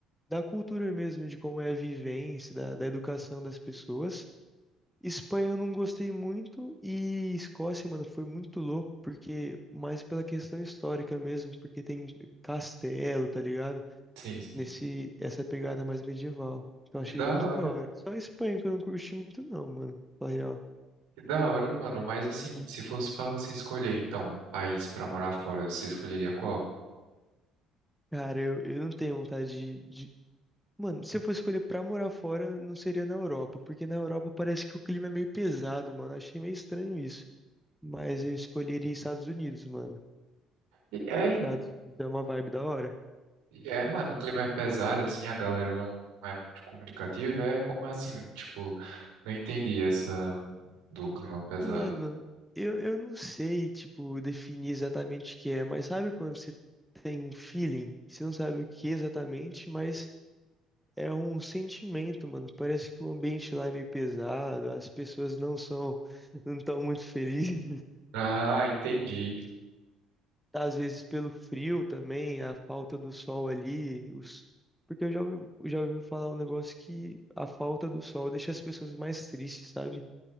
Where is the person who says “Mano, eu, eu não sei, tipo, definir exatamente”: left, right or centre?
Centre